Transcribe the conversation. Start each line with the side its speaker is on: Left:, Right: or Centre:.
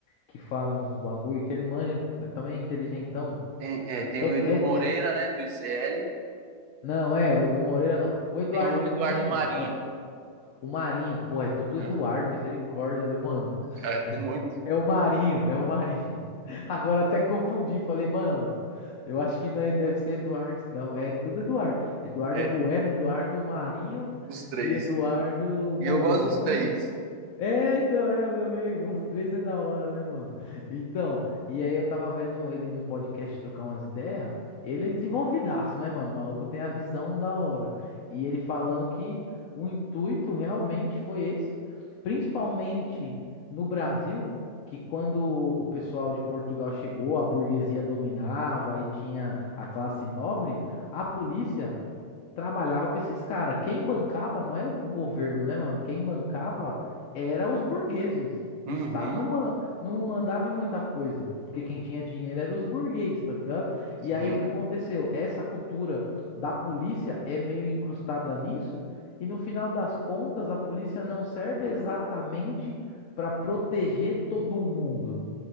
Left: que fala uns bagulho, que ele manja, também é inteligentão.
Right: tem, é, tem,
Left: É,
Right: o
Left: é,
Right: Edu Moreira,
Left: é-
Right: né, do ICL,
Left: não, é, o Edu Moreira não. O Eduardo
Right: tem o
Left: Bueno
Right: Eduardo Marinho.
Left: é o, o Marinho. Pô, é tudo
Right: Né?
Left: Eduardo, misericórdia, né, mano?
Right: É
Left: <laughs>
Right: <laughs> muito,
Left: É o Marinho, é o Marinho. <laughs> Agora até confundi, falei, mano, eu acho que não é- deve ser Eduardo, não. É tudo Eduardo. Eduardo
Right: é,
Left: Bueno, Eduardo Marinho
Right: dos três.
Left: e Eduardo
Right: E
Left: Moreira.
Right: eu gosto dos
Left: Olha,
Right: três.
Left: é, então, é, meu amigo, os três é da hora, né, mano? Então, e aí eu tava vendo ele num podcast trocar umas ideias. Ele é desenvolvidaço, né, mano? O maluco tem a visão da hora. E ele falando que o intuito realmente foi esse, principalmente no Brasil, que quando o pessoal de Portugal chegou, a burguesia dominava e tinha a classe nobre, a polícia trabalhava para esses caras. Quem bancava não era o governo, né, mano? Quem bancava era os burgueses.
Right: Uhum.
Left: O Estado não, ma- não mandava em muita coisa, porque quem tinha dinheiro era os burgueses, tá ligado?
Right: Sim,
Left: E aí o que aconteceu? Essa cultura da polícia é meio incrustada nisso, e no final das contas, a polícia não serve exatamente para proteger todo mundo.